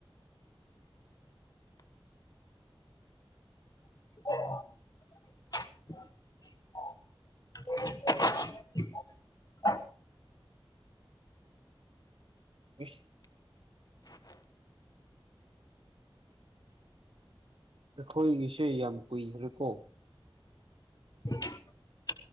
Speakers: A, on the left (about 45°); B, on the right (about 70°).
A: <inaudible> <inaudible>
B: ꯏꯁ ꯑꯩꯈꯣꯏꯒꯤꯁꯦ ꯌꯥꯝ ꯀꯨꯏꯒ꯭ꯔꯦꯀꯣ
A: <inaudible>